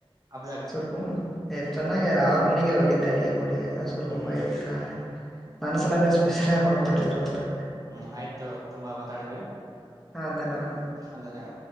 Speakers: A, on the right; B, in the centre.
A: ಹಬ್ದಾಗ
B: ಸ್ವಲ್ಪ ಚೆನ್ನಾಗಿ ಆರು ಮನೆಗೆ ಹೋಗಿದ ಾಲಿಯುಡೆ ಸೊರ್ಗೊ
A: ಹ್ಮ್
B: ಬಾಯಿ ದಿನ ಮನಸಲ ಅಂದೆ ಸ್ಪೆಷಲ್ ಆಾಗಿ ಮಾಡ್ಕೊಟ್ಟಿದ್ರುವತ್
A: ಹ್ಮ್ ಆಯ್ತು ತುಂಬಾ ಮಾತಾಡಿದ್ವಿ
B: ಹಾ ಅದನ್ನ
A: ಅಂದ್ರೆ ಅ